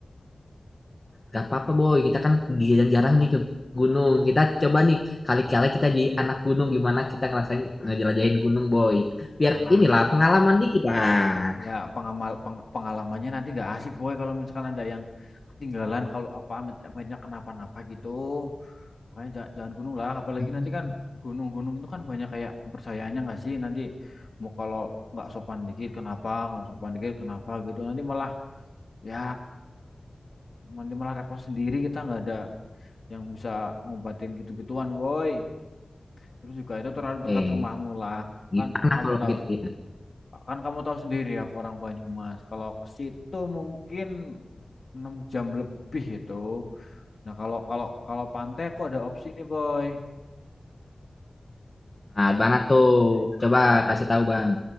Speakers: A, on the left (about 30°); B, on the left (about 55°).
A: Gak apa-apa boy, kita kan jarang-jarang nih ke gunung. Kita coba nih kali-kali kita jadi anak gunung gimana kita ngerasain ngejelajahin gunung boy. Biar
B: Ah,
A: inilah pengalaman dikit lah.
B: ya pengamal peng- pengalamannya nanti nggak asik boy kalau misalkan ada yang ketinggalan kalau apa amit amitnya kenapa-napa gitu makanya ja- jangan, gunung lah apalagi
A: Hmm,
B: nanti kan gunung-gunung itu kan banyak kayak kepercayaannya nggak sih nanti mau kalau nggak sopan dikit kenapa nggak sopan dikit kenapa gitu nanti malah ya nanti malah repot sendiri kita nggak ada yang bisa ngobatin gitu-gituan boy terus juga itu
A: Oke,
B: terlalu dekat rumahmu lah
A: Gimana
B: kan kamu
A: kalau
B: tahu
A: gitu ya?
B: Kan kamu tahu sendiri aku orang Banyumas. Kalau ke situ mungkin 6 jam lebih itu. Nah, kalau kalau kalau pantai aku ada opsi nih, Boy.
A: Nah, mana tuh? Coba
B: Nah,
A: kasih tahu bang.